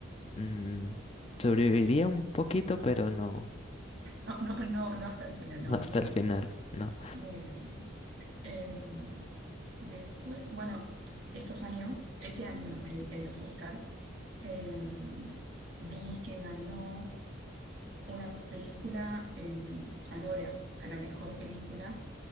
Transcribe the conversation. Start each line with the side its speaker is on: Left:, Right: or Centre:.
Left: mm, sobreviviría un poquito, pero no,
Right: no, no, no, no hasta el final,
Left: no
Right: no,
Left: hasta
Right: muy
Left: el
Right: difícil,
Left: final, no.
Right: muy difícil. Em, después, bueno, estos años, este año en, el- en los Oscar, em, vi que ganó una película, em, Anora, a la mejor película